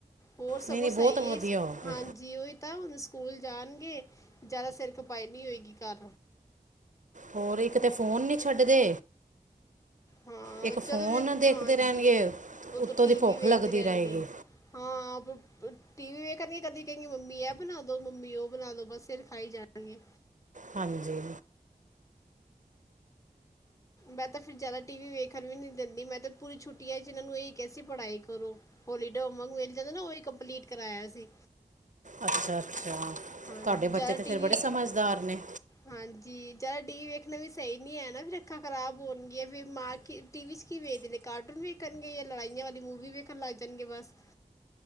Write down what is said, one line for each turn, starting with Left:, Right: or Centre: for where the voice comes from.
Left: ਹੋਰ ਸਗੋਂ
Right: ਨਹੀਂ ਨਹੀਂ ਬਹੁਤ
Left: ਸਹੀ ਏ,
Right: ਵਧੀਆ ਹੋ
Left: ਹਾਂਜੀ।
Right: ਗਿਆ
Left: ਜੀ ਓਹੀ ਤਾਂ ਹੁਣ ਸਕੂਲ ਜਾਣਗੇ ਜ਼ਿਆਦਾ ਸਿਰ ਖਪਾਈ ਨਹੀਂ ਹੋਏਗੀ, ਘਰ
Right: ਹੋਰ ਇੱਕ ਤੇ ਫੋਨ ਨਹੀਂ ਛੱਡਦੇ
Left: ਹਾਂ
Right: ਇੱਕ ਫੋਨ
Left: ਚਲੋ ਵੇਖੋ
Right: ਦੇਖਦੇ
Left: ਹਾਂਜੀ
Right: ਰਹਿਣਗੇ
Left: ਉਤੋੰ
Right: ਉੱਤੋਂ
Left: ਟੀ
Right: ਦੀ ਭੁੱਖ
Left: ਵੀ ਵੇਖਦੇ
Right: ਲੱਗਦੀ
Left: ਰਹਿਣਗੇ।
Right: ਰਹੇਗੀ
Left: ਹਾਂ ਟੀ ਵੀ ਵੇਖਣਗੇ ਕਦੀ ਕਹਿਣਗੇ ਮੰਮੀ ਇਹ ਬਣਾ ਦੋ, ਮੰਮੀ ਉਹ ਬਣਾ ਦੋ ਬਸ ਸਿਰ ਖਾਈ ਜਾਣਾਂਗੇ।
Right: ਹਾਂਜੀ।
Left: ਮੈਂ ਤਾਂ ਫਿਰ ਜ਼ਿਆਦਾ ਟੀ ਵੀ ਵੇਖਣ ਵੀ ਨੀ ਦਿੰਦੀ, ਮੈਂ ਤਾਂ ਪੂਰੀ ਛੁੱਟੀਆਂ 'ਚ ਇਹਨਾਂ ਨੂੰ ਏਹੀ ਕਿਹਾ ਸੀ, ਪੜ੍ਹਾਈ ਕਰੋ। ਹੋਲੀਡੇ ਹੋਮ ਵਰਕ ਮਿਲ ਜਾਂਦਾ, ਓਹੀ ਕੰਪਲੀਟ ਕਰਾਇਆ ਸੀ।
Right: ਅੱਛਾ-ਅੱਛਾ,
Left: ਹਾਂਜੀ
Right: ਤਾਡੇ ਬੱਚੇ
Left: ਜ਼ਿਆਦਾ
Right: ਤਾਂ ਫਿਰ
Left: ਟੀਵੀ
Right: ਬੜੇ ਸਮਝਦਾਰ ਨੇ।
Left: ਹਾਂਜੀ ਜਾਦਾ ਟੀ -ਵੀ ਵੇਖਣਾ ਵੀ ਸਈ ਨੀ ਹੈ ਨਾ, ਫਿਰ ਅੱਖਾਂ ਖ਼ਰਾਬ ਹੋਣਗੀਆਂ ਫਿਰ ਮਾਂ ਕੀ ਟੀ- ਵੀ 'ਚ ਕੀ ਵੇਖਦੇ ਕਾਰਟੂਨ ਵੇਖਣਗੇ ਜਾਂ ਲੜਾਈਆਂ ਵਾਲੀ ਮੂਵੀ ਵੇਖਣ ਲੱਗ ਜਾਣਗੇ ਬਸ